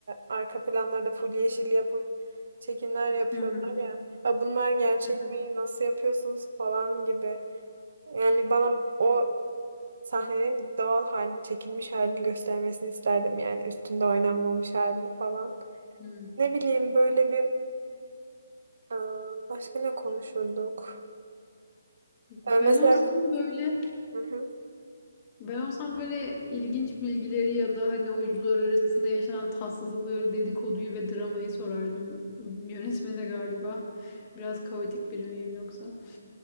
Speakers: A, on the right; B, on the left.
A: arka planlarda full yeşil yapıp çekimler yapıyorlar
B: Hı hı,
A: ya. Ya bunlar gerçek
B: hı
A: mi? Nasıl yapıyorsunuz falan gibi. Yani bana o sahnenin doğal halini, çekilmiş halini göstermesini isterdim yani üstünde oynanmamış halini falan.
B: hı.
A: Ne bileyim böyle bir e, başka ne konuşurduk? E,
B: Ben
A: mesela
B: olsam böyle
A: hı hı,
B: Ben olsam böyle ilginç bilgileri ya da hani oyuncular arasında yaşanan tatsızlıkları, dedikoduyu ve dramayı sorardım yönetmene galiba. Biraz kaotik biri miyim yoksa?